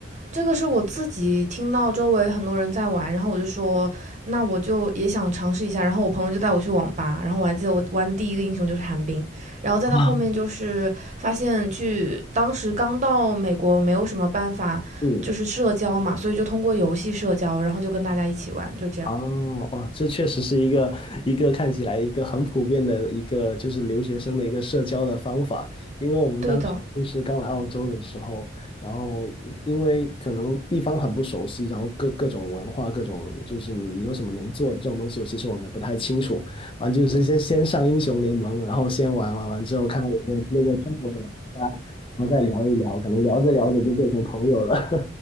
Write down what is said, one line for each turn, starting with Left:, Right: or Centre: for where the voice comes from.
Right: 这个是我自己听到周围很多人在玩，然后我就说，那我就也想尝试一下。然后我朋友就带我去网吧，然后我还记得我玩的第一个英雄就是寒冰，然后再到后面就是发现去当时刚到美国没有什么办法，
Left: 啊，嗯
Right: 就是社交嘛，所以就通过游戏社交，然后就跟大家一起玩，就这样。
Left: 哦哦，这确实是一个一个看起来一个很普遍的一个就是留学生的一个社交的方法，因为我们当时就是刚来澳洲的时候，
Right: 对的，
Left: 然后因为可能地方很不熟悉，然后各各种文化、各种就是你你有什么能做的这种东西，其实我们也不太清楚。完就是先先上英雄联盟，然后先玩玩完之后看看有没有那个中国的玩家，然后再聊一聊，可能聊着聊着就变成朋友了。